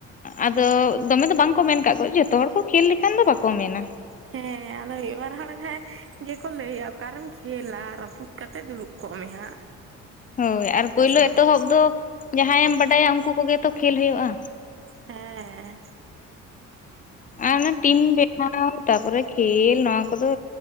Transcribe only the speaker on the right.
ᱦᱮᱸ ᱟᱞᱚ ᱮᱵᱟᱨ ᱦᱚᱲ ᱠᱷᱟᱭ ᱜᱮᱠᱚ ᱞᱟᱹᱭᱟ ᱚᱠᱟᱨᱮᱢ ᱠᱷᱮᱞᱟ ᱨᱟᱹᱯᱩᱫ ᱠᱟᱛᱮᱮᱫ ᱫᱩᱲᱩᱵ ᱠᱚᱜ ᱢᱮ ᱦᱟᱸᱜ᱾
ᱦᱮᱸ
ᱥᱮ ᱵᱟᱝ
ᱦᱮᱸ